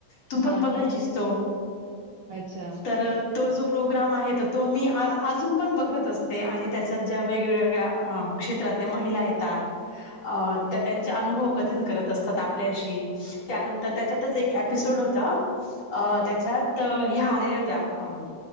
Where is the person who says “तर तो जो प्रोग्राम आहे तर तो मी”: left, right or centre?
Left